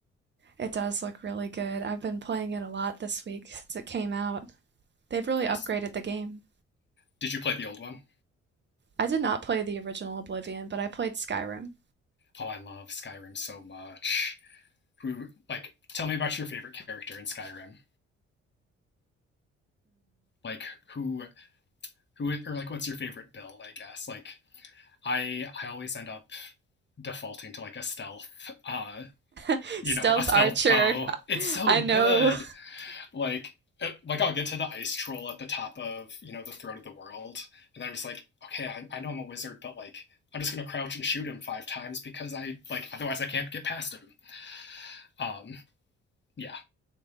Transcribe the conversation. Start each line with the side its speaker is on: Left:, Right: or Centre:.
Right: It does look really good. I've been playing it a lot this week since it came out. They've really upgraded
Left: Nice.
Right: the game.
Left: Did you play the old one?
Right: I did not play the original Oblivion, but I played Skyrim.
Left: Oh, I love Skyrim so much. Who like tell me about your favorite character in Skyrim? Like who who or like what's your favorite build, I guess? Like I I always end up defaulting to like a stealth, uh,
Right: <laughs>
Left: you
Right: Stealth
Left: know, a stealth
Right: Archer.
Left: bow. It's so
Right: I
Left: good.
Right: know
Left: Like, uh, like I'll get to the ice troll at the top of you know the throat of the world, and I'm just like, okay, I, I know I'm a wizard, but like I'm just gonna crouch and shoot him five times because I like otherwise I can't get past him. Um, yeah,